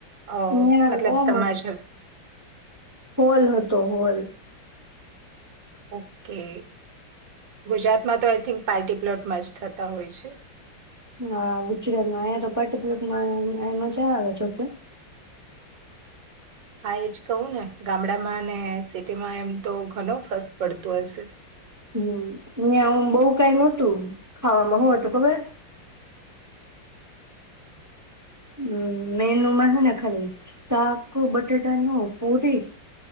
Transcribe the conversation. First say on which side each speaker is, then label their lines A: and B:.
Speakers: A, on the right; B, on the right.
A: અ
B: ત્યાં
A: મતલબ
B: ઓમ
A: સમાજ
B: હોલ હતો હોલ.
A: ઓકે. ગુજરાતમાં તો આઈ થિંક પાર્ટી પ્લોટમાંચ થતા હોય છે.
B: હા ગુજરાતમાં અયા તો પાટપમાંમાં મજા આવે જોકે.
A: હા એજ કહું ને ગામડામાં ને સિટીમાં એમ તો ઘણ ફર્ક પડતો હશે.
B: હમ હું બહુ કઈ નહોતું ખાવામાં હોય તો ખબર. હમ મેનુમાં હેને ખાલી શાક હ બટાટાનું પુરી.